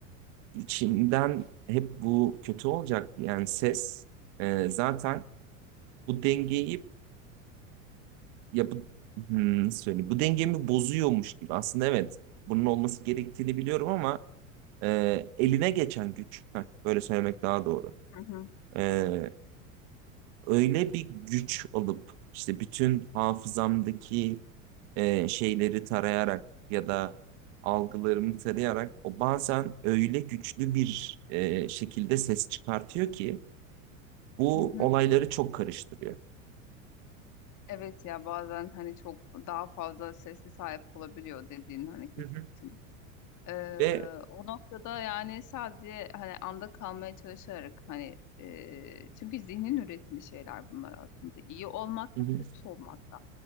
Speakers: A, on the right; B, on the left.
A: içimden hep bu kötü olacak yani ses e, zaten bu dengeyi ya bu hmm, nasıl söyleyeyim bu dengemi bozuyormuş gibi aslında evet bunun olması gerektiğini biliyorum ama e, eline geçen güç heh, böyle söylemek daha doğru.
B: Hı hı.
A: E, öyle bir güç alıp işte bütün hafızamdaki e, şeyleri tarayarak ya da algılarımı tarayarak o bazen öyle güçlü bir e, şekilde ses çıkartıyor ki bu
B: Hı hı.
A: olayları çok karıştırıyor.
B: Evet ya bazen hani çok daha fazla sesli sahip olabiliyor dediğin hani kötü
A: Hı hı.
B: kısım. Ee,
A: Ve
B: o noktada yani sadece hani anda kalmaya çalışarak hani e, çünkü zihnin üretimi şeyler bunlar aslında. İyi olmak
A: Hı
B: da
A: hı,
B: kötü olmak da.